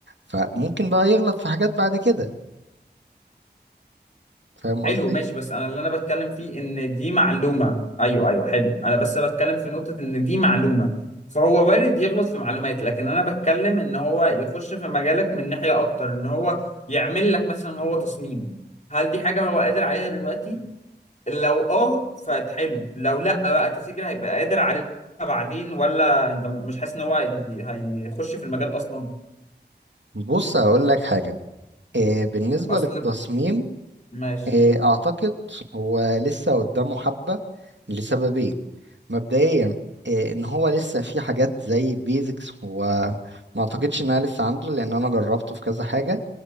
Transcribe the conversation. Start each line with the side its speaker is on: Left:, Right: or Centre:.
Right: فممكن بقى يغلط في حاجات بعد كده فاهم
Left: حلو
Right: قصدي؟
Left: ماشي بس انا اللي انا بتكلم فيه ان دي معلومة ايوه ايوه حلو انا بس بتكلم في نقطة ان دي معلومة فهو وارد يغلط في معلومات لكن انا بتكلم ان هو يخش في مجالك من ناحية اكتر ان هو يعمل لك مثلا هو تصميم هل دي حاجة هو قادر عليها دلوقتي؟ لو اه فحلو لو لا بقى تفتكر هيبقى قادر عليها بعدين ولا انت مش حاسس ان هو هي- هيخش في المجال اصلا
Right: بص هقول لك حاجة آه، بالنسبة
Left: اصل
Right: للتصميم
Left: ماشي
Right: آه، أعتقد هو لسه قدامه حبة لسببين مبدئيا آه، إن هو لسه في حاجات زي بيزكس هو ما أعتقدش إنها لسه عنده لأن أنا جربته في كذا حاجة